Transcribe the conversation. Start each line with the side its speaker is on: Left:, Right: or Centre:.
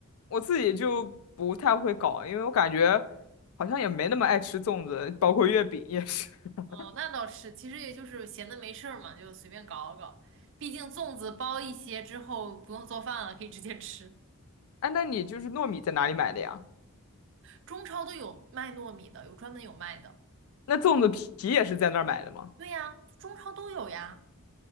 Left: 我自己就不太会搞，因为我感觉好像也没那么爱吃粽子，包括月饼也是。<laughs>
Right: 哦，那倒是，其实也就是闲的没事儿嘛，就随便搞搞。毕竟粽子包一些之后不用做饭了，可以直接吃。
Left: 哎，那你就是糯米在哪里买的呀？
Right: 中超都有卖糯米的，有专门有卖的。
Left: 那粽子皮也是在那儿买的吗？
Right: 对呀，中超都有呀。